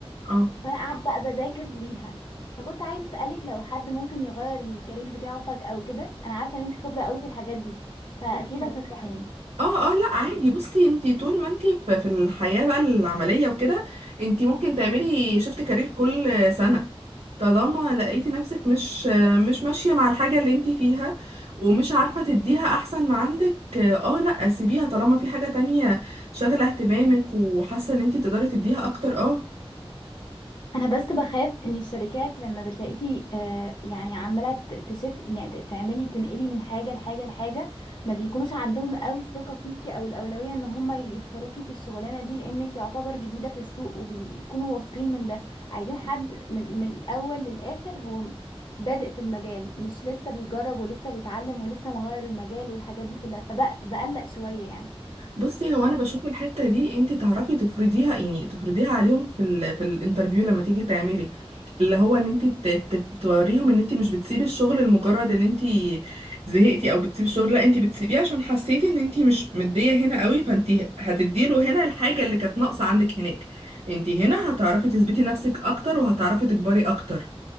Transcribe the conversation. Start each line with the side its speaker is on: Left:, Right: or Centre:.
Right: اه
Left: فانا قاعده بقى بذاكر ليها فكنت عايزه اسالك لو حد ممكن يغير الكارير بتاعه فجاه وكده انا عارفه ان انت خبره قوي في الحاجات دي فاكيد <laughs> هتنصحيني
Right: اه اه لا عادي بصي انتي طول ما انتي في في الحياة بقى العملية وكده انتي ممكن تعملي شفت كارير كل سنة طالما لقيتي نفسك مش مش ماشية مع الحاجة اللي انتي فيها ومش عارفة تديها احسن ما عندك اه لا سيبيها طالما في حاجة تانية شاغلة اهتمامك وحاسة ان انتي تقدري تديها اكتر اه
Left: انا بس بخاف ان الشركات لما بتلاقيكي آه يعني عماله ت- تشف يعني ت- تعملي تنقلي من حاجه لحاجه لحاجه ما بيكونوش عندهم قوي الثقه فيكي او الاولويه ان هم يختاروكي في الشغلانه دي لانك يعتبر جديده في السوق وبيكونوا واثقين من ده عايزين حد من, من الاول للاخر هو م- بادئ في المجال مش لسه بيجرب ولسه بيتعلم ولسه مغير المجال والحاجات دي كلها فبقلق شويه يعني
Right: بصي هو انا بشوف الحته دي انت تعرفي تفرضيها يعني تفرضيها عليهم في ال في الانترفيو لما تيجي تعملي اللي هو ان انت ت- ت- توريهم ان انت مش بتسيبي الشغل لمجرد ان انت زهقتي او بتسيبي الشغل لا انت بتسيبيه عشان حسيتي ان انت مش مديه هنا قوي فانت هتديله هنا الحاجه اللي كانت ناقصه عندك هناك انت هنا هتعرفي تثبتي نفسك اكتر وهتعرفي تكبري اكتر